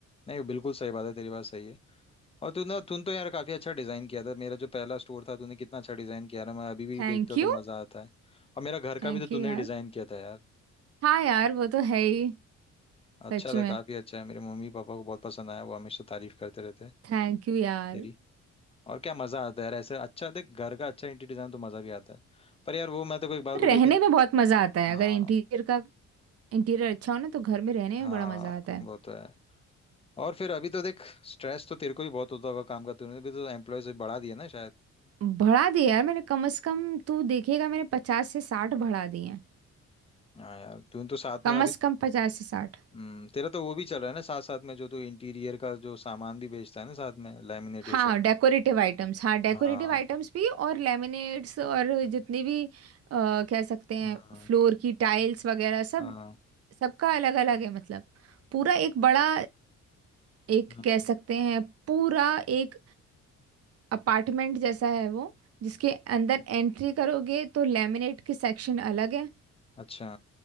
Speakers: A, on the left; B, on the right.
A: नहीं बिल्कुल सही बात है तेरी बात सही है और तू ना तूने तो यार काफी अच्छा डिजाइन किया था मेरा जो पहला स्टोर था तूने कितना अच्छा डिजाइन किया ना मैं अभी भी
B: Thank
A: देखता हूँ
B: you
A: तो मजा आता है और मेरा घर
B: थैंक
A: का भी तो
B: यू
A: तूने
B: यार
A: डिजाइन किया था यार
B: हाँ यार वो तो है ही
A: अच्छा
B: सच
A: था
B: में
A: काफी अच्छा है मेरे मम्मी पापा को बहुत पसंद आया वो हमेशा तारीफ करते रहते हैं
B: थैंक यू यार
A: तेरी और क्या मजा आता है यार ऐसे अच्छा देख घर का अच्छा इंटीरियर डिजाइन तो मजा भी आता है पर यार वो मैं तो एक बात बोलूं
B: रहने
A: लेकिन
B: में बहुत मजा आता है
A: हाँ
B: अगर इंटीरियर का इंटीरियर अच्छा हो ना तो घर में रहने
A: हाँ
B: में बड़ा मजा आता है
A: वो तो है और फिर अभी तो देख स्ट्रेस तो तेरे को भी बहुत होता होगा काम का तूने भी तो एम्प्लॉय से बढ़ा दिया ना शायद
B: बढ़ा दिए यार मैंने कम से कम तू देखेगा मैंने पचास से साठ बढ़ा दिए
A: हाँ यार तूने तो साथ
B: कम
A: में अभी
B: से कम पचास से साठ
A: हम्म तेरा तो वो भी चल रहा है ना साथ साथ में जो तू इंटीरियर का जो सामान भी बेचता है ना साथ में लैमिनेट ये
B: हाँ
A: सब
B: डेकोरेटिव आइटम्स हाँ डेकोरेटिव
A: हाँ
B: आइटम्स भी और लेमिनेट्स और जितनी भी अ, कह सकते हैं
A: हाँ
B: फ्लोर की टाइल्स वगैरह सब
A: हाँ
B: सबका अलग अलग है मतलब पूरा एक बड़ा एक
A: हाँ,
B: कह सकते हैं पूरा एक अपार्टमेंट जैसा है वो जिसके अंदर एंट्री करोगे तो लेमिनेट के सेक्शन अलग है
A: अच्छा